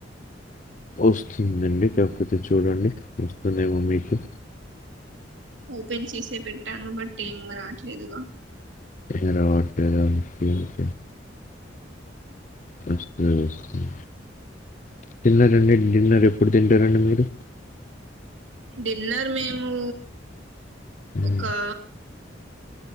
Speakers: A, on the left; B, on the right.
A: వస్తుందండి కాకపోతే చూడండి వస్తుందేమో మీకు
B: ఓపెన్ చేసే పెట్టాను బట్ ఏం రాట్లేదుగా
A: అయినా రావట్లేదా ఓకే ఓకే వస్తది వస్తది తిన్నరండి డిన్నర్ ఎప్పుడు తింటరండి మీరు
B: డిన్నర్ మేమూ
A: హ్మ్.
B: ఒకా